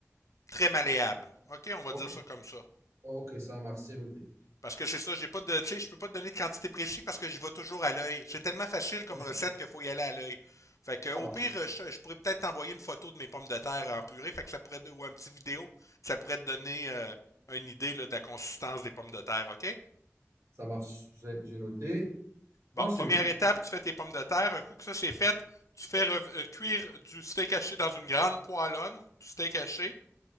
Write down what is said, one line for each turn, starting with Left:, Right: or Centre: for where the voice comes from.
Left: très malléable. OK, on va
Right: OK.
Left: dire ça comme ça.
Right: OK, ça marche, c'est noté.
Left: Parce que c'est ça, j'ai pas de. Tu sais, je peux pas te donner de quantité précise parce que j'y vais toujours à l'œil. C'est tellement facile comme
Right: C'est Ça,
Left: recette qu'il faut y aller à l'œil. Fait que
Right: ça
Left: au
Right: marche.
Left: pire, je, je pourrais peut-être t'envoyer une photo de mes pommes de terre en purée, fait que ça pourrait ou un petit vidéo, ça pourrait te donner euh, une idée là, de la consistance des pommes de terre, OK?
Right: Ça marche, j'ai j'ai noté.
Left: Bon,
Right: Ensuite,
Left: première étape, tu fais tes pommes de terre. Un coup que ça c'est fait, tu fais euh, cuire du steak haché dans une grande poêlonne, du steak haché,